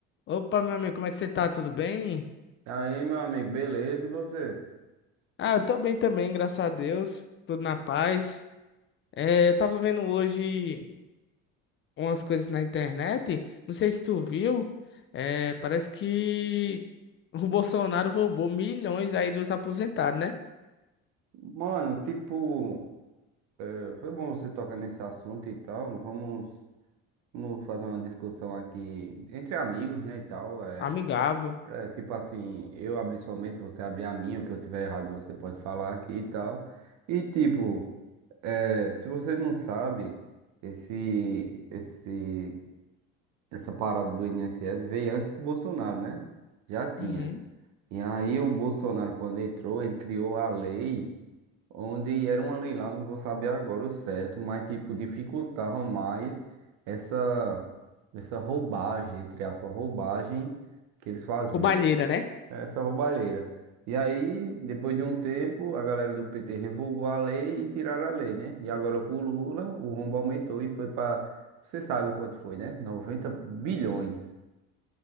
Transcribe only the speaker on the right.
Aí, meu amigo, beleza? E você?
Mano, tipo, é, foi bom você tocar nesse assunto e tal. Vamos, vamos fazer uma discussão aqui entre amigos, né? E tal. É,
é, tipo assim, eu abri sua mente, você abrir a minha, o que eu tiver errado você pode falar aqui e tal. E tipo, é, se você não sabe, esse, esse, essa parada do INSS veio antes do Bolsonaro, né? Já tinha.
E aí o Bolsonaro, quando entrou, ele criou a lei. onde era uma lei lá, não vou saber agora o certo, mas tipo, dificultava mais essa, essa roubagem, entre aspas, roubagem que eles faziam,
né, essa roubalheira. E aí, depois de um tempo, a galera do PT revogou a lei e tiraram a lei, né? E agora com o Lula, o rombo aumentou e foi para, você sabe o quanto foi, né? noventa bilhões.